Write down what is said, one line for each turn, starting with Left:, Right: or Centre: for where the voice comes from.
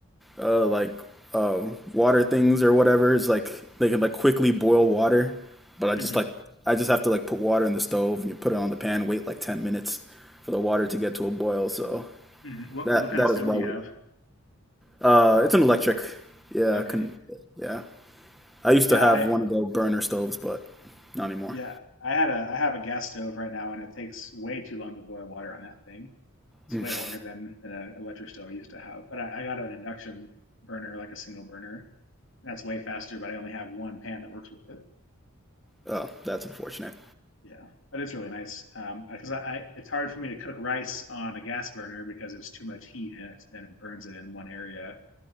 Centre: uh like uh water things or whatever. It's like they can like quickly boil water, but I
Left: hmm
Centre: just like I just have to like put water in the stove and you put it on the pan, wait like 10 minutes for the water to get to a boil. So
Left: hmm What
Centre: that
Left: what kind
Centre: that
Left: of stove
Centre: is well
Left: do you have?
Centre: uh it's an electric. Yeah,
Left: Okay.
Centre: can yeah. I used
Left: Yeah,
Centre: to have
Left: I
Centre: one of those burner stoves, but Not anymore.
Left: yeah I had a I have a gas stove right now, and it takes way too long to boil water on that thing. It's
Centre: Mm.
Left: way longer than than an electric stove I used to have. But I, I got an induction burner, like a single burner. That's way faster, but I only have one pan that works with it.
Centre: Oh, that's unfortunate.
Left: Yeah, but it's really nice because um, I, I it's hard for me to cook rice on a gas burner because it's too much heat and it, and it burns it in one area.